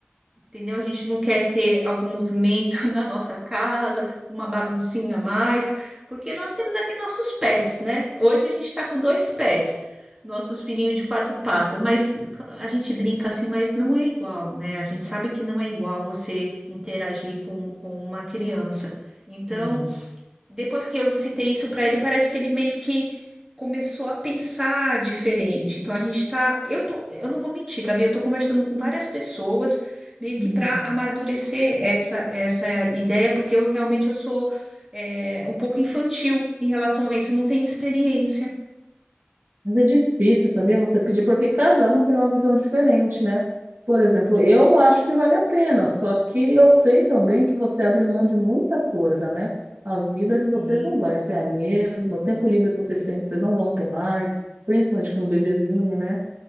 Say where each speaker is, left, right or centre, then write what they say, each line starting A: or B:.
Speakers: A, on the right (about 20°); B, on the right (about 60°).
A: entendeu? A gente não quer ter algum movimento <laughs> na nossa casa, uma baguncinha a mais, porque nós temos aqui nossos pets, né? Hoje a gente está com dois pets, nossos filhinhos de quatro patas, mas a gente brinca assim, mas não é igual, né? A gente sabe que não é igual você interagir com, com uma criança. Então,
B: É.
A: depois que eu citei isso para ele, parece que ele meio que começou a pensar diferente. Então a gente tá, eu tô, eu não vou mentir, Gabi, eu tô conversando com várias pessoas meio
B: Uhum.
A: que para amadurecer essa essa ideia, porque eu realmente eu sou é, um pouco infantil em relação a isso, eu não tenho experiência.
B: Mas é difícil, saber Você pedir, porque cada um tem uma visão diferente, né? Por exemplo, eu acho que vale a pena, só que eu sei também que você abre mão de muita coisa, né? A vida de vocês
A: Sim,
B: não vai ser a mesma, o tempo livre que vocês têm, vocês não vão ter mais, principalmente com um bebezinho, né?